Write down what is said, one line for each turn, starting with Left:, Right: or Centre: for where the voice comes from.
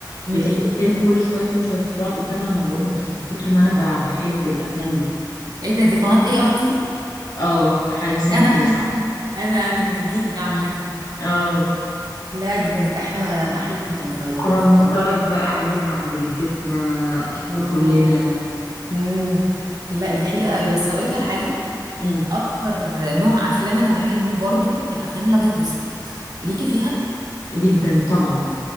Right: امم
Left: بتعيد الفيلم كل شويه كل شويه كنت بقعد قدامها ما بقومش من كتر ما انا ب- بحب الافلام دي
Right: ايه ده دي قناة اي ار تي
Left: اه حاجه اسمها
Right: انا
Left: كده
Right: ف...
Left: صح
Right: انا انا من الجيل ده عامة
Left: اه
Right: لا دي كانت احلى احلى فتره ف- يعني
Left: كنا
Right: فقرت
Left: بنتفرج بقى عليها عند جدتنا
Right: اه
Left: كلنا
Right: امم لا دي حلوه قوي بس هقول لك على حاجه
Left: امم
Right: اكتر نوع افلام انا بحبه برضو الافلام الابيض واسود ليكي فيها
Left: جدا طبعا